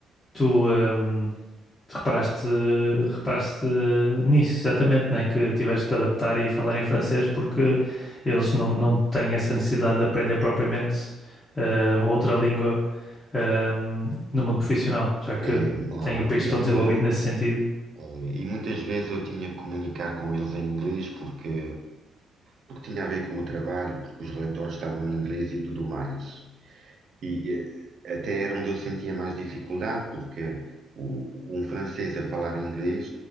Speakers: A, on the left; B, on the right.
A: tu, hum, tu reparaste, reparaste nisso, exatamente, né? Que tiveste de adaptar e falar em francês porque eles não, não têm essa necessidade de aprender propriamente eh, uma outra língua, hum, no mundo profissional, já que
B: É, não,
A: tem o país
B: e,
A: tão
B: a-
A: desenvolvido
B: e
A: nesse sentido.
B: Eh, E muitas vezes eu tinha que comunicar com eles em inglês porque, porque tinha a ver com o trabalho, porque os relatórios estavam em inglês e tudo mais. E eh, até era onde eu sentia mais dificuldade, porque o- um francês a falar inglês,